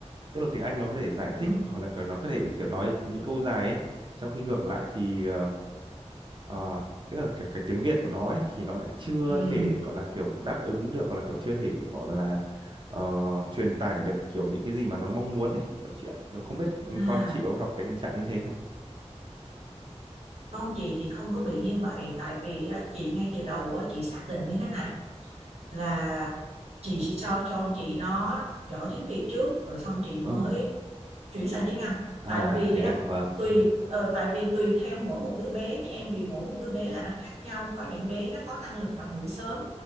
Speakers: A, on the right (about 45°); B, on the right (about 65°).
A: tức là tiếng Anh nó có thể giải
B: Ừ.
A: thích hoặc là nó có thể kiểu nói những câu dài ấy trong khi ngược lại thì ờ, Ờ, tức là kiểu cái tiếng Việt của nó ấy thì nó lại chưa
B: Ừ.
A: thể gọi là kiểu đáp ứng được hoặc là kiểu chưa thể gọi là ờ, truyền tải được kiểu những cái gì mà nó mong muốn ấy kiểu chị ạ Kiểu không biết
B: À,
A: con chị có gặp cái tình trạng như thế không
B: con chị thì không có bị như vậy tại vì á, chị ngay từ đầu á, chị xác định như thế này là chị sẽ cho cho con chị nó giỏi tiếng Việt trước rồi xong chị
A: Ồ,
B: mới chuyển sang tiếng Anh
A: à
B: tại vì
A: thế
B: á
A: ạ, vâng.
B: tùy
A: Ừ,
B: ờ, tại vì tùy theo mỗi một đứa bé như em vì mỗi một đứa bé là nó khác nhau có những bé nó có năng lực ngoại ngữ sớm